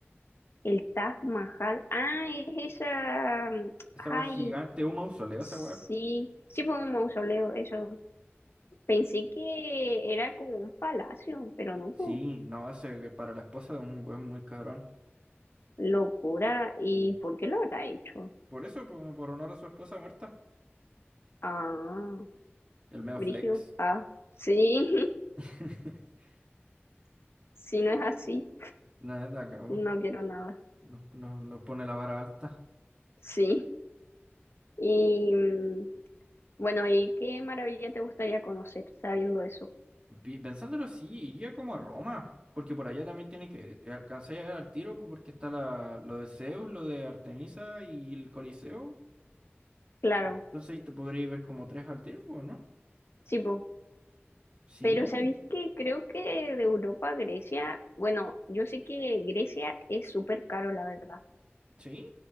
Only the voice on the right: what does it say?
Esa
weá es gigante, un mausoleo,
esa weá.
Sí,
no, ese que para la esposa de un weón muy cabrón.
Sí.
Por eso, po- como por honor a su esposa muerta.
El medio
flex.
<laughs>
Nada, acabó.
Nos, nos, nos pone la vara alta.
Pi- Pensándolo, sí, iría como a Roma, porque por allá también tiene que alcanzar a ver al tiro, porque está la, lo de Zeus, lo de Artemisa y el Coliseo.
Entonces ahí te podría ver como tres al tiro, ¿o no?
Sí,
sí.